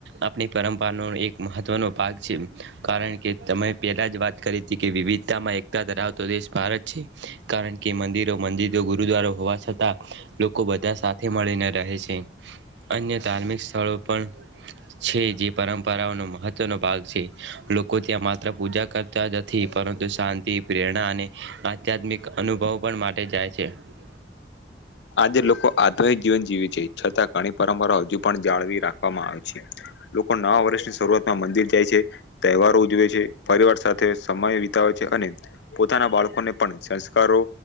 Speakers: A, on the right (about 80°); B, on the left (about 75°).
A: આપણી પરંપરાનો એક મહત્વનો ભાગ છે કારણ કે તમે પહેલા જ વાત કરી હતી કે વિવિધતામાં એકતા ધરાવતો દેશ ભારત છે કારણ કે મંદિરો મંદિદો ગુરુદ્વારા હોવા છતાં લોકો બ ત્યાં સાથે મળીને રહે છે અન્ય ધાર્મિક સ્થળો પણ છે જે પરંપરા પરા નો મહત્વો ભાગ છે લોકો ત્યાં પૂજા કરતા નથી પરંતુ શાંતિ પ્રેરણા અને આધ્યાત્મિક અનુભવ પણ માટે જાય છે. છે
B: આજે લોકો આ તીક છતાં ઘણી પરંપરા હજુ પણ જાળવી રાખવામાં આવે છે લોકો નવા વર્ષની શરૂઆતમાં મંદિર જાય છે. તહેવાર ઉજવે છે. પરિવાર સાથે સમય વિતાવેય છે અને પોતાના બાળકોને પણ સંસ્કારો